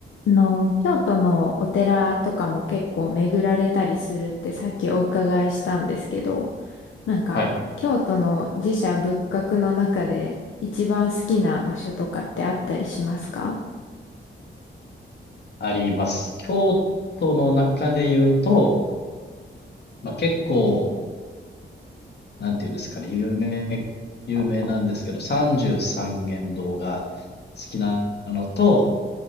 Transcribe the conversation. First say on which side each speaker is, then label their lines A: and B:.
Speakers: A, on the left; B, on the left.
A: あの、京都のお寺とかも結構巡られたりするってさっきお伺いしたんですけど、なんか、
B: はい、
A: 京都の寺社仏閣の中で一番好きな場所とかってあったりしますか
B: あります。京都の中で言うと、まあ、結構、なんていうんですかね、有名、有名なんですけど、三十三間堂が好きなのと、